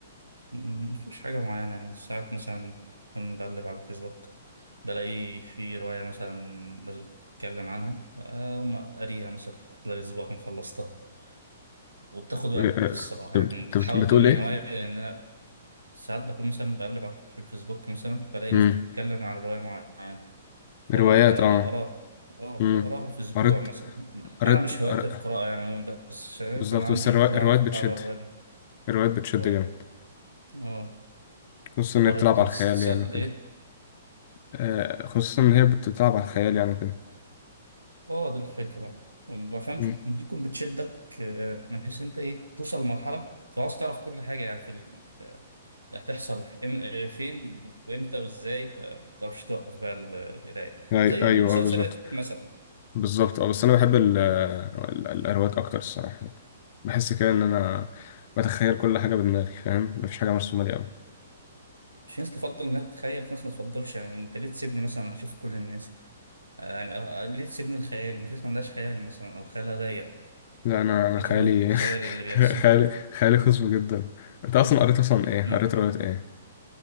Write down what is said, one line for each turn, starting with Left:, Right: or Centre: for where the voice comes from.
Right: م- مفيش حاجه معينه يعني ساعات مثلا كنت بقلب على الفيسبوك بلاقي في روايه مثلا لازم اتكلم عنها اقوم قاريها مثلا خلال اسبوع اكون خلصتها وبتاخد وقت
Left: آه،
Right: الصراحه
Left: آه،
Right: يعني
Left: أنت
Right: بتتحول
Left: بت- بتقول
Right: اكتر من
Left: إيه؟
Right: هوايه لان انا ساعات بكون مثلا بقلب على- في الفيسبوك مثلا فلاقي
Left: مم.
Right: ناس بتتكلم عن روايه معينه فأقراها
Left: روايات أه
Right: اه
Left: مم.
Right: فأقراها في أسبوع
Left: قريت
Right: مثلا
Left: قريت
Right: أنا مش
Left: قر-
Right: هوايتي القراءة يعني عموما بس فاهم
Left: بالظبط
Right: أنا عندي
Left: بس الروا-
Right: فضول أعرف
Left: الروايات بتشد
Right: أقرا الرواية دي
Left: الروايات بتشد
Right: اه
Left: جامد
Right: اه
Left: خصوصا إن هي
Right: قريت
Left: بتلعب
Right: تسأل
Left: على الخيال يعني وكده
Right: إيه
Left: آه، خصوصا إن هي بتلعب على الخيال يعني وكده
Right: اه دي الفكرة فهمت
Left: مم.
Right: ممكن بتشدك آه، من حيث أنت إيه توصل لمرحلة أنت عاوز تعرف كل حاجة يعني في ال... آه، هتحصل في... إم- آه، فين وإمتى وإزاي فمتعرفش توقف بقى ال- القراية
Left: أي-
Right: زي
Left: أيوه
Right: المسلسلات
Left: آه، بالظبط
Right: مثلا
Left: بالظبط أه بس أنا بحب ال- ال- الأرواق أكتر الصراحة يعني. بحس كده إن أنا بتخيل كل حاجة بدماغي فاهم مفيش حاجة مرسومة لي أوي
Right: في ناس تفضل انها تتخيل في ناس ما تفضلش يعني انت ليه تسيبني مثلا اشوف كل الناس آه، يعني أه- آه، ليه تسيبني الخيال الناس ما عندهاش خيال مثلا او خيالها ضيق
Left: لا أنا أنا
Right: كنت
Left: خيالي
Right: عارفة تتخيل اللي
Left: <laughs>
Right: بيحصل
Left: خيالي خيالي خصب جدا أنت أصلا
Right: <laughs>
Left: قريت أصلا إيه؟
Right: أمم.
Left: قريت رواية إيه؟